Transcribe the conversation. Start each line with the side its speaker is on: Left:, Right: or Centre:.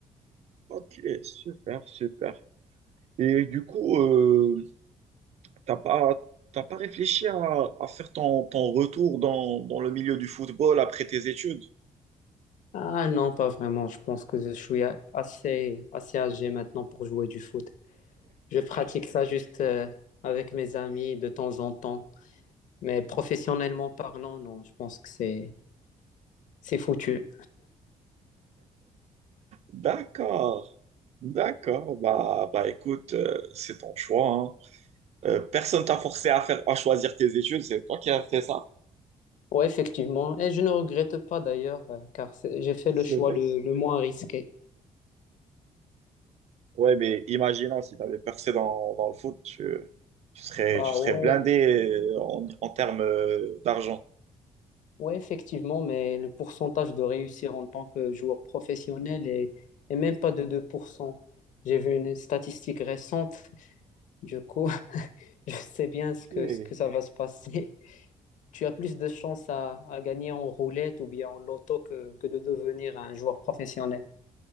Right: Ok, super, super. Et du coup, euh, t'as pas, t'as pas réfléchi à, à faire ton, ton retour dans, dans le milieu du football après tes études?
Left: Ah non, pas vraiment. Je pense que je suis a- assez, assez âgé maintenant pour jouer du foot. Je pratique ça juste euh, avec mes amis de temps en temps. Mais professionnellement parlant, non, je pense que c'est, c'est foutu.
Right: D'accord. D'accord, bah, bah écoute, euh, c'est ton choix. hein. Euh, personne t'a forcé à faire, à choisir tes études, c'est toi qui as fait ça.
Left: Ouais, effectivement. Et je ne regrette pas d'ailleurs, euh, car c'est- j'ai fait le
Right: C'est
Left: choix
Right: vrai?
Left: le, le moins risqué.
Right: Ouais, mais imaginons si tu avais percé dans, dans le foot, tu, tu serais,
Left: Bah
Right: tu serais
Left: ouais,
Right: blindé euh, en, en termes euh, d'argent.
Left: Oui, effectivement, mais le pourcentage de réussir en tant que joueur professionnel est, est même pas de 2%. J'ai vu une statistique récente, du coup, <laughs> je sais bien
Right: Ok.
Left: ce que, ce que ça va se passer. <laughs> Tu as plus de chances à, à gagner en roulette ou bien en loto que, que de devenir un joueur professionnel.